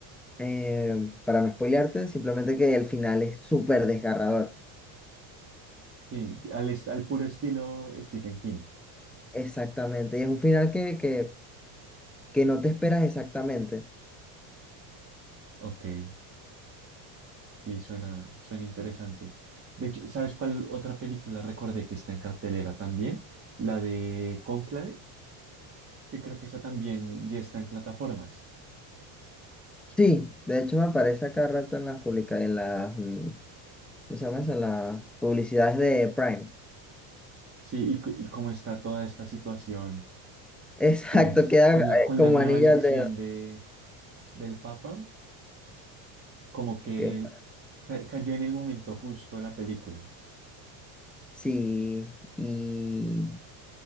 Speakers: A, in the centre; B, on the right.
A: eh, para no spoilearte, simplemente que el final es súper desgarrador.
B: Sí, al, est- al puro estilo Stephen King.
A: Exactamente. Y es un final que, que, que no te esperas exactamente.
B: Ok. Sí, suena, suena interesante. De hecho, ¿sabes cuál otra película recordé que está en cartelera también? La de Cónclave, que creo que esa también ya está en plataformas.
A: Sí, de hecho me aparece acá rato en las publica, en las, mm, ¿cómo se llama eso? En las publicidades de Prime.
B: Sí, y, cu- y cómo está toda esta situación,
A: Exacto,
B: pues
A: queda
B: con
A: eh,
B: la, con
A: como
B: la nueva
A: anillo
B: elección
A: al dedo.
B: de, del Papa, como que
A: Que-
B: ca- cayó en el momento justo la película.
A: sí, y